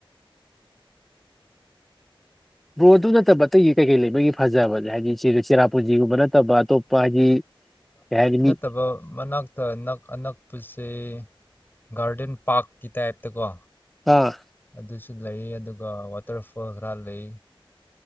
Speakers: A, in the centre; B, on the left.
A: ꯕ꯭ꯔꯣ ꯑꯗꯨ ꯅꯠꯇꯕ ꯑꯇꯩꯒꯤ ꯀꯩꯀꯩ ꯂꯩꯕꯒꯤ ꯐꯖꯕꯁꯦ ꯍꯥꯏꯗꯤ ꯆꯤ ꯆꯦꯔꯥꯄ ꯄꯨꯟꯖꯤꯒꯨꯝꯕ ꯅꯠꯇꯕ ꯑꯇꯣꯞꯄ ꯍꯥꯏꯗꯤ ꯀꯩ ꯍꯥꯏꯅꯤ ꯃꯤ
B: ꯇꯕ ꯃꯅꯥꯛ ꯇ ꯑꯅꯛ ꯑꯅꯛꯄꯁꯦ ꯒꯥꯔꯗꯦꯟ ꯄꯥꯔꯛꯀꯤ ꯇꯥꯏꯞꯇꯀꯣ
A: ꯑꯥ
B: ꯑꯗꯨꯁꯨ ꯂꯩ ꯑꯗꯨꯒ ꯋꯥꯇꯔꯐꯣꯜ ꯈꯔꯥ ꯂꯩ